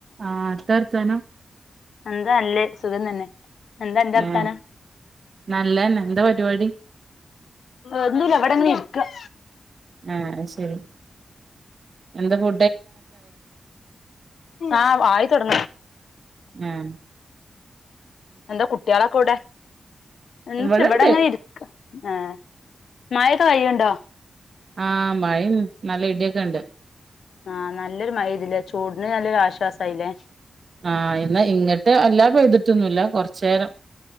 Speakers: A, on the right (about 55°); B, on the left (about 85°).
A: ആ എത്താ വർത്താനം
B: എന്താ നല്ലേ സുഖം തന്നെ. എന്താ അന്റെ വർത്താനം
A: ആ നല്ലന്നെ എന്താ പരിപാടി.
B: ഒന്നുല്ല വിടെങ്ങനെ ഇര്ക്ക-
A: ആഹ് ശരി എന്താ ഫു
B: ആഹ് ആയിതൊട്
A: ഉം
B: എന്താ കുട്ടിളൊക്കെ എഉടെ എന്തുല
A: ഇവിടെണ്ട്
B: ഇവടെ ങ്ങനെ ഇരിക്ക ആഹ് മഴൊക്കെ കഴിയ്യുണ്ടോ
A: ആഹ് മഴയും നല്ല ഇടിയൊക്കെ ഇണ്ട്
B: ആഹ് നല്ലൊരു മഴയ്ത് ലെ ചൂടിന് നല്ലൊരു ആശ്വാസായില്ലേ
A: ആഹ് എന്ന ഇങ്ങട്ട് അല്ലാ പെയ്തിട്ടൊന്നുല്ല കൊർചേരം